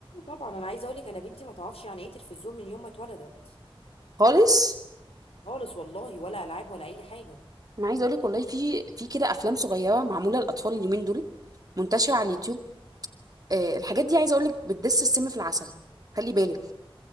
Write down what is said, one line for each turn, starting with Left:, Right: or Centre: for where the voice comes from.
Left: طبعا انا عايزه اقول لك انا بنتي ما تعرفش يعني ايه تلفزيون من يوم ما اتولدت
Right: خالص
Left: خالص والله ولا العاب ولا اي حاجه
Right: انا عايزه اقول لك والله في في كده افلام صغيره معموله للاطفال اليومين دول منتشره على اليوتيوب آه، الحاجات دي عايزه اقول لك بتدس السم في العسل خلي بالك